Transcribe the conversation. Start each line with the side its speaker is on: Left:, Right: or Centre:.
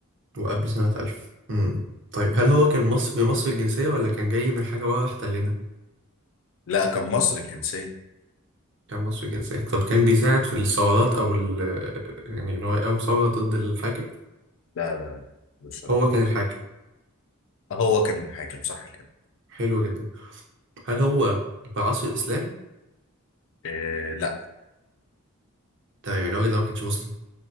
Right: وقبل سنة 1000 امم طيب هل هو كان مصري مصري الجنسية ولا كان جاي من حاجة بره احتلنا؟
Left: لا كان مصري الجنسيه
Right: كان مصري الجنسية طب كان بيساعد في الثورات أو ال... يعني إن هو يقاوم ثورة ضد الحاكم؟
Left: لا لا لا مش علاقه
Right: هو كان
Left: بالكلام.
Right: الحاكم
Left: هو كان حاكم صح كده
Right: حلو جدا هل هو في عصر الإسلام؟
Left: آه، لا
Right: تمام يعني الراجل ده ما كانش مسلم